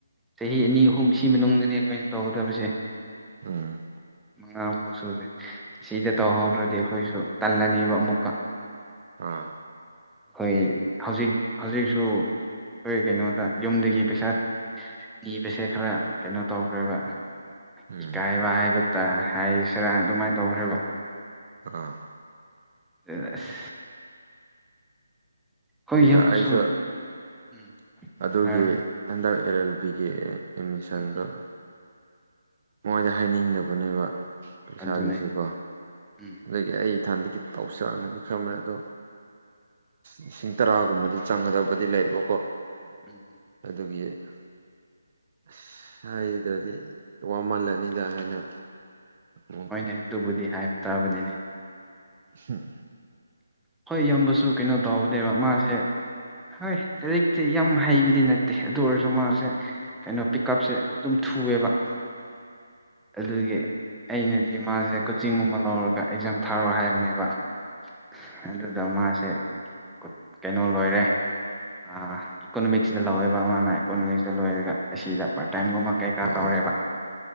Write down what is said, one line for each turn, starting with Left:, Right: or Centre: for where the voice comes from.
Centre: ꯆꯍꯤ ꯑꯅꯤ ꯑꯍꯨꯝ ꯁꯤ ꯃꯅꯨꯡꯗꯅꯦ ꯑꯈꯣꯏꯅ ꯇꯧꯒꯗꯕꯁꯦ
Right: ꯎꯝ
Centre: ꯃꯉꯥ ꯐꯥꯎ ꯁꯨꯗꯦ ꯑꯁꯤꯗ ꯇꯧꯍꯧꯗꯔꯗꯤ ꯑꯩꯈꯣꯏꯁꯨ ꯇꯜꯂꯅꯤꯕ ꯑꯃꯨꯛꯀ
Right: ꯑꯥ
Centre: ꯍꯣꯏ ꯍꯧꯖꯤꯛ ꯍꯧꯖꯤꯛꯁ ꯗꯨ ꯈꯣꯏ ꯀꯩꯅꯣꯗ ꯌꯨꯝꯗꯒꯤ ꯄꯩꯁꯥ ꯅꯤꯕꯁꯦ ꯈꯔ ꯀꯩꯅꯣ ꯇꯧꯈ꯭ꯔꯦꯕ
Right: ꯎꯝ
Centre: ꯏꯀꯥꯏꯕ ꯍꯥꯏꯕ ꯇꯥ ꯍꯥꯏꯁꯤꯔꯥ ꯑꯗꯨꯃꯥꯏ ꯇꯧꯈ꯭ꯔꯦꯕ
Right: ꯑꯥ
Centre: ꯗꯅ ꯑꯁ ꯑꯩꯈꯣꯏ
Right: ꯑꯗ
Centre: ꯏꯌꯥꯝꯕꯁꯨ
Right: ꯑꯩꯁꯨ
Centre: ꯎꯝ
Right: ꯑꯗꯨꯒꯤ
Centre: ꯍꯥꯏꯔꯣ
Right: ꯍꯟꯗꯛ ꯑꯦꯜ ꯂꯦꯜ ꯕꯤꯒꯤ ꯑꯦꯃꯤꯁꯟꯗꯣ
Centre: ꯎꯝ ꯎꯝ
Right: ꯃꯣꯏꯗ ꯍꯥꯏꯅꯤꯡꯗꯕꯅꯦꯕ ꯄꯩꯁꯥꯒꯤꯁꯦꯀꯣ
Centre: ꯑꯗꯨꯅꯦ ꯎꯝ
Right: ꯑꯗꯨꯒꯤ ꯑꯩ ꯏꯊꯟꯗꯒꯤ ꯇꯧꯁꯤꯔꯥꯅꯗꯤ ꯈꯟꯕꯅꯦ ꯑꯗꯣ ꯂꯤꯁꯤꯡ ꯇꯔꯥꯒꯨꯝꯕꯗꯤ ꯆꯪꯒꯗꯕꯗꯤ ꯂꯩꯕꯀꯣ
Centre: ꯎꯝ
Right: ꯑꯗꯨꯒꯤ ꯑꯁ ꯍꯥꯏꯗ꯭ꯔꯗꯤ ꯋꯥꯃꯜꯂꯅꯤꯗꯥ ꯍꯥꯏꯅ ꯑꯃꯨꯛ
Centre: ꯍꯣꯏꯅꯦ ꯑꯗꯨꯕꯨꯗꯤ ꯍꯥꯏꯕ ꯇꯥꯕꯅꯤꯅꯦ
Right: ꯍꯨꯝ
Centre: ꯈꯣꯏ ꯏꯌꯥꯝꯕꯁꯨ ꯀꯩꯅꯣ ꯇꯧꯕꯅꯦꯕ ꯃꯥꯁꯦ ꯍꯥꯏ ꯂꯥꯏꯔꯤꯛꯇꯤ ꯌꯥꯝ ꯍꯩꯕꯗꯤ ꯅꯠꯇꯦ ꯑꯗꯨ ꯑꯣꯏꯔꯖꯨ ꯃꯥꯁꯦ ꯀꯩꯅꯣ ꯄꯤꯛ ꯀꯞꯁꯦ ꯑꯗꯨꯝ ꯊꯨꯋꯦꯕꯥ
Right: <inaudible>
Centre: ꯑꯗꯨꯒꯤ ꯑꯩꯅꯗꯤ ꯃꯥꯖꯦ ꯀꯣꯆꯤꯡꯒꯨꯝꯕ ꯂꯧꯔꯒ ꯑꯦꯛꯖꯥꯝ ꯊꯥꯔꯣ ꯍꯥꯏꯕꯅꯦꯕꯥ <unintelligible> ꯑꯗꯨꯗ ꯃꯥꯁꯦ ꯀꯨꯠ ꯀꯩꯅꯣ ꯂꯣꯏꯔꯦ ꯑꯥ ꯏꯀꯣꯅꯣꯃꯤꯛꯁꯁꯤꯗ ꯂꯧꯋꯦꯕꯥ ꯃꯥꯅ ꯏꯀꯣꯅꯣꯃꯤꯛꯁꯇ ꯂꯣꯏꯔꯒ ꯑꯁꯤꯗ ꯄꯥꯔꯠ ꯇꯥꯏꯝꯒꯨꯝꯕ ꯀꯩꯀꯥ
Right: ꯑꯥ
Centre: ꯇꯧꯔꯦꯕꯥ